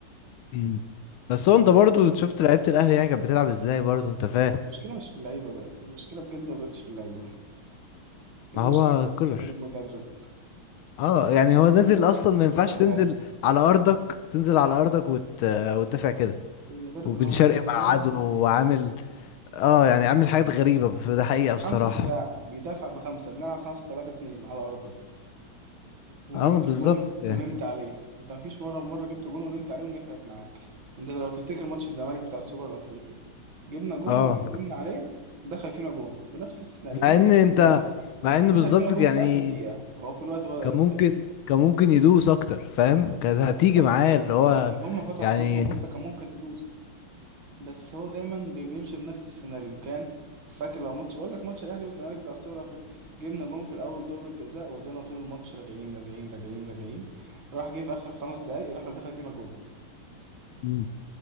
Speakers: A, on the left; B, on the right.
A: مم. بس هو انت برضو شفت لعيبه الاهلي يعني كانت بتلعب ازاي برضو انت فاهم
B: المشكلة مش في اللعيبة بقت المشكلة بجد ما بقتش في اللعيبة هي
A: ما
B: المشكلة
A: هو
B: كانت
A: كولر
B: في المدرب
A: اه
B: المدرب
A: يعني هو
B: اللي
A: نازل
B: نازل
A: اصلا ما ينفعش
B: جبان
A: تنزل على ارضك تنزل على ارضك وت... وتدافع كده
B: المدرب
A: وبن
B: اللي هو
A: شرقي
B: نازل جبان
A: مع عدو وعامل اه يعني عامل حاجات غريبه ده حقيقه
B: خمسة
A: بصراحه
B: دفاع بيدافع بخمسة بنلعب خمسة تلاتة اتنين على أرضك وجبت
A: اه بالظبط
B: جون
A: يعني.
B: ونمت عليه انت مفيش مره مره جبت جون ونمت عليه ونفعت معاك انت لو تفتكر ماتش الزمالك بتاع السوبر الافريقي جبنا جون
A: اه
B: ورحنا نمنا عليه دخل فينا جون بنفس السيناريو
A: مع
B: نفس
A: ان انت
B: السيناريو
A: مع ان
B: دخل
A: بالظبط
B: فينا جون
A: يعني
B: في اخر دقيقه او في الوقت بدأ
A: كان
B: في
A: ممكن
B: الاخير
A: كان ممكن يدوس اكتر فاهم كانت هتيجي
B: بالظبط
A: معاه اللي هو
B: يعني كان هم فتحوا
A: يعني
B: خطوطهم وانت كان ممكن تدوس بس هو دايما بي- بيمشي بنفس السيناريو كان فاكر لو ماتش بقول لك ماتش الاهلي والزمالك بتاع السوبر الافريقي جبنا جون في الاول ضربة جزاء وفضلنا طول الماتش راجعين راجعين راجعين راجعين راح جه في اخر خمس دقايق راح دخل فينا جون
A: مم.